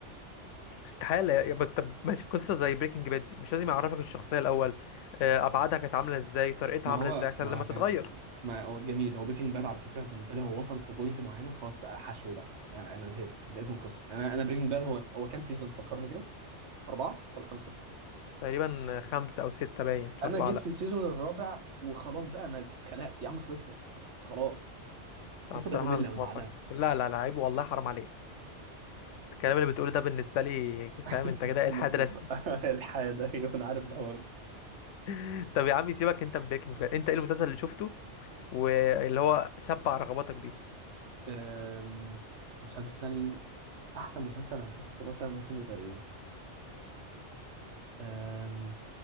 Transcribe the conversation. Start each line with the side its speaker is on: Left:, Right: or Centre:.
Left: استحالة يا- بس طب ماشي قصة زي بريكنج باد دي مش لازم يعرفك الشخصية الأول آه، أبعادها كانت عاملة إزاي طريقتها
Right: ما
Left: عاملة
Right: هو
Left: إزاي عشان
Right: ما
Left: لما
Right: فاهم
Left: تتغير
Right: ما هو جميل هو بريكنج باد على فكره بالنسبه لي هو وصل في بوينت معينه خلاص بقى حشو بقى يعني انا زهقت زهقت من القصه انا انا بريكنج باد هو هو كام سيزون فكرني كده أربعة ولا خمسة
Left: تقريبا خمسة أو ستة باين مش
Right: أنا
Left: أربعة
Right: جيت
Left: لأ
Right: في السيزون الرابع وخلاص بقى مازح اتخنقت يا عم خلصنا خلاص القصة
Left: لا، بصراحة
Right: بقت مملة
Left: أنا مش
Right: من
Left: موافق
Right: بعدها
Left: لا لا لا عيب والله حرام عليك الكلام اللي بتقوله ده بالنسبة لي فاهم
Right: <laughs>
Left: أنت كده
Right: ب-
Left: إلحاد
Right: ب-
Left: رسمي
Right: ب- <laughs> الحياة ده أيوة أنا عارف الحوار ده
Left: <laughs> طب يا عم سيبك أنت من بريكنج باد أنت إيه المسلسل اللي شفته واللي هو شبع رغباتك دي
Right: أم... مسلسل أحسن مسلسل أنا شفته مثلا ممكن يبقى إيه أم...